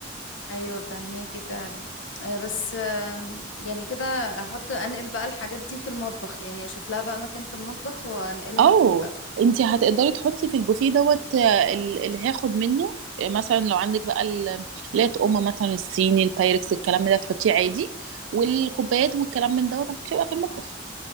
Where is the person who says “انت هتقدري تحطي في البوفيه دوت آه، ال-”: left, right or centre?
Right